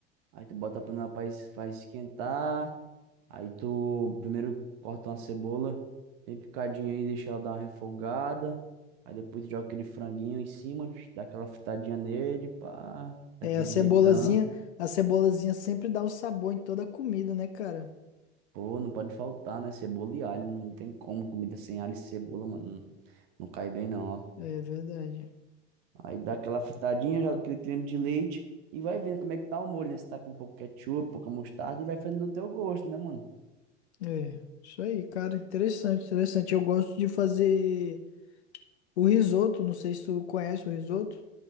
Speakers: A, on the right (about 55°); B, on the left (about 75°).
A: Aí tu bota a panela para esquentar. Aí tu primeiro corta uma cebola bem picadinha aí, deixa ela dar uma refogada. Aí depois tu joga aquele franguinho em cima, <tsk> dá aquela fritadinha nele, pá, daquele
B: É, a cebolazinha,
A: jeitão.
B: a cebolazinha sempre dá o sabor em toda a comida, né, cara?
A: Pô, não pode faltar, né? Cebola e alho, não tem como comida sem alho e cebola, mano. Não cai bem, não, ó.
B: É verdade.
A: Aí dá aquela fritadinha, joga aquele creme de leite e vai vendo como é que tá o molho, né? Se tá com um pouco de ketchup, pouca mostarda e vai fazendo do teu gosto, né, mano?
B: É, isso aí, cara, interessante, interessante. Eu gosto de fazer o risoto, não sei se tu conhece o risoto.